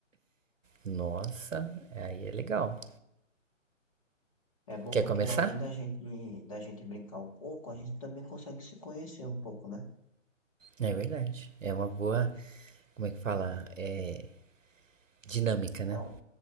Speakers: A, on the right; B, on the left.
A: Nossa, aí é legal.
B: É bom
A: Quer
B: porque
A: começar?
B: além da gente, da gente brincar um pouco, a gente também consegue se conhecer um pouco, né?
A: É verdade. É uma boa, como é que fala? É dinâmica, né?
B: É, um-